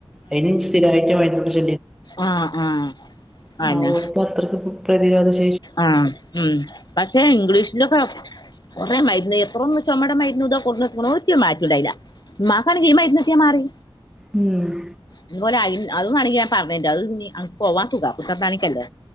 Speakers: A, in the centre; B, on the left (about 45°).
A: അയിന് സ്ഥിരായിട്ട് മരുന്ന്ടിച
B: ആഹ് ആഹ്
A: <unintelligible>
B: അന്നെ
A: ആഹാ ഓൽക്കത്രക്ക് പ്രതിരോധ ശേ
B: ആഹ് ഉം പക്ഷെ ഇംഗ്ലീഷിലൊക്കെ കൊറേ മര്ന്ന് എത്രൊന്ന് ചൊമേടെ മരുന്നുതാ കൊട്ന്നൊട്ക്ക്ണെ ഒരു മാറ്റുണ്ടായില ഇമ്മാക്കാണെങ്കി ഈ മെര്ന്ന്ട്ടിയാ മാറി
A: ഉംഹ്
B: ഇതുപോലെ അയിന് അതും മാണെങ്കി ഞാൻ പറഞെരണ്ട് അത്ഞ്ഞ് അൻക്ക് പോവാൻ സുഖാ പുത്തനത്താണിക്കല്ലേ?